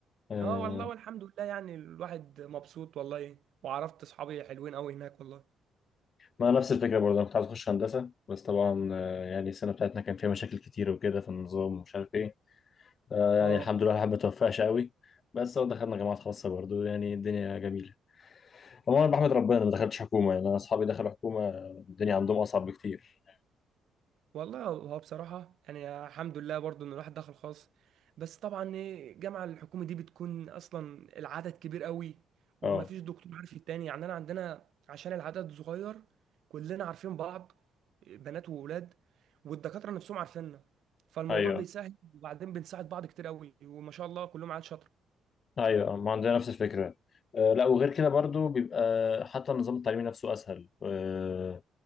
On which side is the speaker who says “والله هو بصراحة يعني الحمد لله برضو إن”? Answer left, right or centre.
Right